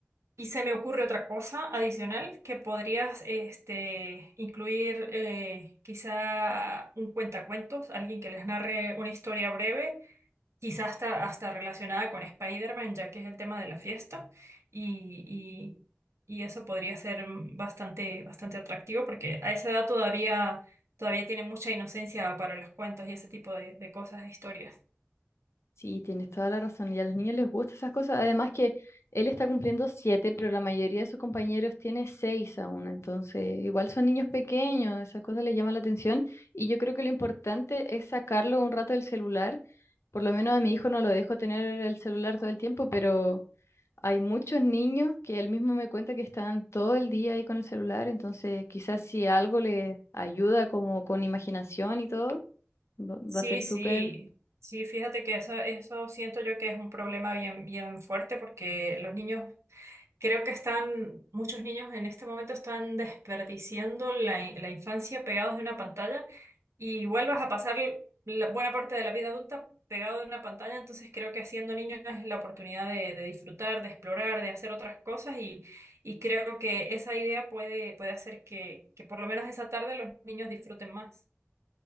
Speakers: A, on the right; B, on the left.
A: Y se me ocurre otra cosa adicional que podrías este, incluir eh, quizá un cuentacuentos, alguien que les narre una historia breve quizás hasta, hasta relacionada con Spider-Man, ya que es el tema de la fiesta, y, y, y eso podría ser mm, bastante, bastante atractivo, porque a esa edad todavía, todavía tiene mucha inocencia para los cuentos y ese tipo de, de cosas, de historias.
B: sí, tienes toda la razón y a los niños les gustan esas cosas. Además que él está cumpliendo siete, pero la mayoría de sus compañeros tiene seis aún, entonces igual son niños pequeños, esas cosas les llaman la atención y yo creo que lo importante es sacarlo un rato del celular Por lo menos a mi hijo no lo dejo tener el celular todo el tiempo, pero hay muchos niños que él mismo me cuenta que están todo el día ahí con el celular, entonces quizás si algo le ayuda como con imaginación y todo, va va
A: Sí,
B: a ser súper...
A: sí, sí, fíjate que eso, eso siento yo que es un problema bien, bien fuerte, porque los niños... Creo que están, muchos niños en este momento están desperdiciando la, la infancia pegados de una pantalla y vuelvas a pasar la buena parte de la vida adulta pegado de una pantalla, entonces creo que siendo niño es la oportunidad de, de disfrutar, de explorar, de hacer otras cosas y, y creo que esa idea puede, puede hacer que, que por lo menos esa tarde los niños disfruten más.